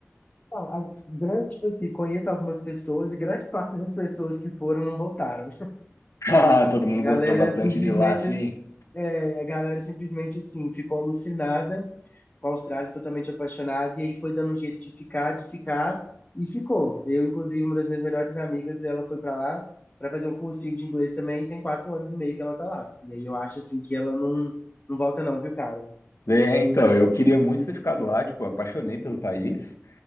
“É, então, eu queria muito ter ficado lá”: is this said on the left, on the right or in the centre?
Left